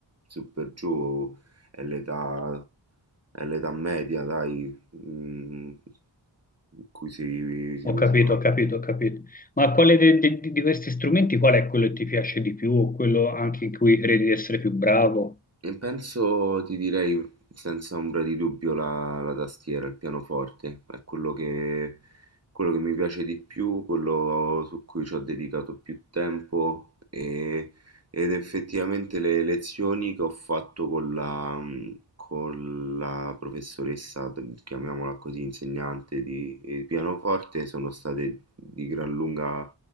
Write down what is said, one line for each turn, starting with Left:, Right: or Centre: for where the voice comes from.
Right: su per giù è l'età È l'età media, dai, mm, in cui si, si
Left: ho
Right: usa.
Left: capito, ho capito, ho capito. Ma quale de- de- di di questi strumenti, qual è quello che ti piace di più o quello anche in cui credi di essere più bravo?
Right: E penso, ti direi senza ombra di dubbio, la, la tastiera, il pianoforte, è quello che, quello che mi piace di più, quello su cui ci ho dedicato più tempo e- ed effettivamente le lezioni che ho fatto con la, con la professoressa, chiamiamola così, insegnante di, di pianoforte, sono state di gran lunga